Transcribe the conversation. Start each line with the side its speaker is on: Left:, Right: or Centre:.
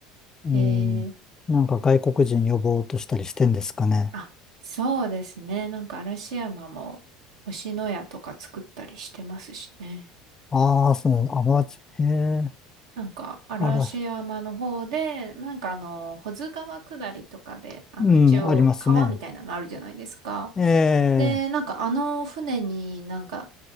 Left: うん、
Right: えー、
Left: なんか外国人呼ぼうとしたりしてんですかね。
Right: あ、そうですね。なんか、嵐山も星のやとか作ったりしてますしね。
Left: ああ、そう、あ、まじ、へえ、
Right: なんか、嵐山の方で、
Left: あら、
Right: なんかあの、保津川下りとかで、あの、
Left: うん、
Right: 一応川みたいなのあるじゃないですか。
Left: ありますね。ええ、
Right: で、なんかあの船になんか